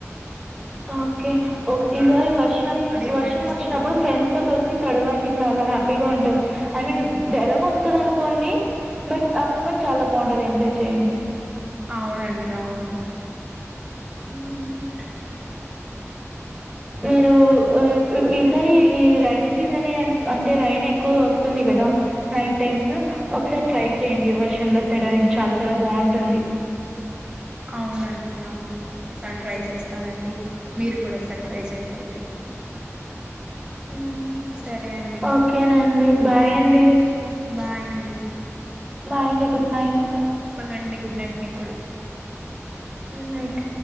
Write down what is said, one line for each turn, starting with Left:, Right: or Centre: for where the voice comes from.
Centre: ఓకే ఒ ఇగో
Right: వచ్చేస్తుందేమో
Centre: ఈ వర్షం
Right: అని
Centre: వర్షం
Right: భయం వేస్తది
Centre: వచ్చినప్పుడు ఫ్రెండ్స్ తో కలిసి తడవండి చాలా హ్యాపి ఇగో ఉంటంది ఐ మీన్ జరం వస్తది అనుకోండి బట్ ఆ మూమెంట్ చాలా బ్ బాగుంటది ఎంజాయ్ చేయండి.
Right: అవునండి అవును
Centre: ఉమ్ మీరు ఉ ఇప్ ఈసారి ఈ రైని సీజనే అనుక్ అంటే రైన్ ఎక్కువ వస్తుంది కదా నైట్ టైమ్స్ ఒకసారి ట్రై
Right: అవు
Centre: చేయండి వర్షంలో తడవానికి చాలా చాలా బాగుంటుంది.
Right: అవునండి అవును ఈ సారి ట్రై చేస్తనండి. మీరు కూడా ఒకసారి ట్రై చేయండి అయితే.
Centre: ఉమ్
Right: సరే అండి
Centre: ఓకేనండి బాయ్ అండి
Right: బాయ్ అండి
Centre: బాయ్ అండి గుడ్ నైట్
Right: బాయండి గుడ్ నైట్ మీ కూడా
Centre: గుడ్ నైట్